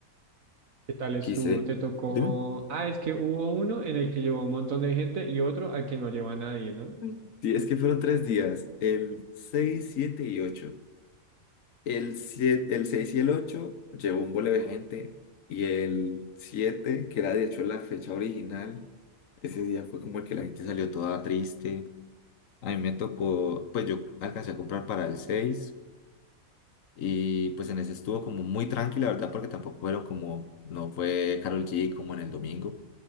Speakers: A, on the right; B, on the left.
A: qué tal estuvo?
B: Quise,
A: ¿Te tocó?
B: dime.
A: Ah, es que hubo uno en el que llevó un montón de gente y otro al que no lleva a nadie, ¿no?
B: Mm. Sí, es que fueron tres días, el 6 7 y ocho El, 7 el 6 y el 8 llevó un bole de gente y el 7 que era de hecho la fecha original, ese día fue como el que la gente salió toda triste. A mí me tocó, pues yo alcancé a comprar para el 6 y pues en ese estuvo como muy tranquila, ¿verdad? Porque tampoco fueron como, no fue Carol G como en el domingo.